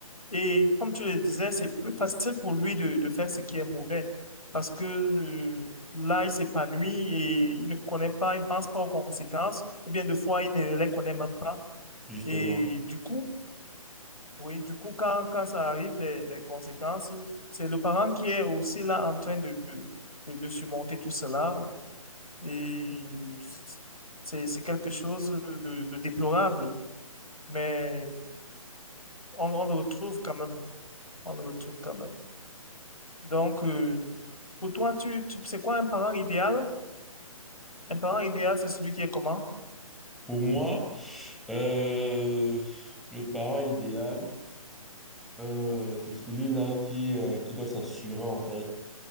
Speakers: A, on the left (about 80°); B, in the centre.
A: Et comme tu le disais, c'est plus facile pour lui de, de faire ce qui est mauvais parce que euh, là, il s'épanouit et il ne connaît pas, il ne pense pas aux conséquences ou bien des fois, il ne les connaît même pas.
B: Justement,
A: Et du coup, oui, du coup, quand, quand ça arrive, les, les conséquences, c'est le parent qui est aussi là en train de, de, de surmonter tout cela. Et c'est, c'est quelque chose de, de déplorable, mais on, on le retrouve quand même. On le retrouve quand même. Donc, euh, pour toi, tu, tu, c'est quoi un parent idéal? Un parent idéal, c'est celui qui est comment?
B: pour moi, euh, le parent idéal, euh, c'est celui-là qui, euh, qui doit s'assurer, en fait,